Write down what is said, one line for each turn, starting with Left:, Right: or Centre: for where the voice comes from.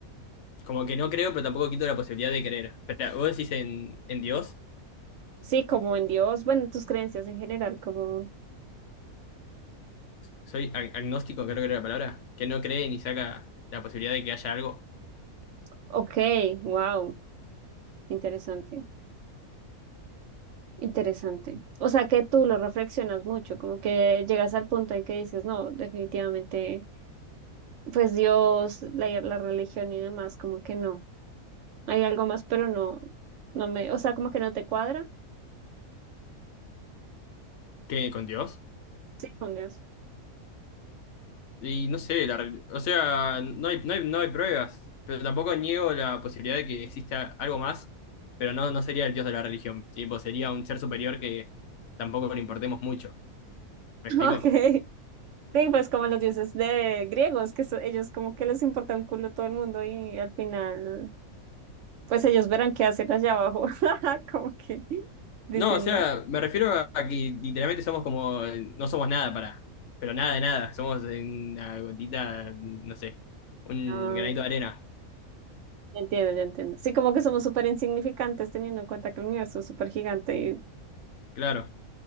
Left: Como que no creo, pero tampoco quito la posibilidad de creer. Espera, ¿vos decís en, en Dios?
Right: Sí, como en Dios, bueno, tus creencias en general, como,
Left: soy ag- agnóstico, creo que era la palabra, que no cree ni saca la posibilidad de que haya algo
Right: ok, wow, interesante, interesante. O sea, que tú lo reflexionas mucho, como que llegas al punto en que dices, no, definitivamente, pues Dios, la la religión y demás, como que no. Hay algo más, pero no, no me, o sea, como que no te cuadra.
Left: que con Dios.
Right: Sí, con Dios.
Left: Y no sé, la re- o sea, no hay, no hay, no hay pruebas, pero tampoco niego la posibilidad de que exista algo más, pero no, no sería el Dios de la religión, tipo, sería un ser superior que tampoco le importemos mucho.
Right: <laughs>
Left: ¿Me explico?
Right: Ok. Sí, pues como los dioses de griegos, que so- ellos como que les importa un culo todo el mundo y al final, pues ellos verán qué hacer allá abajo. <laughs> Como que dicen,
Left: No, o sea,
Right: ¿no?
Left: me refiero a que literalmente somos como, no somos nada para, pero nada de nada, somos una gotita, no sé, un
Right: Ah,
Left: granito de arena,
Right: ya entiendo, ya entiendo. Sí, como que somos súper insignificantes teniendo en cuenta que el universo es súper gigante y
Left: claro.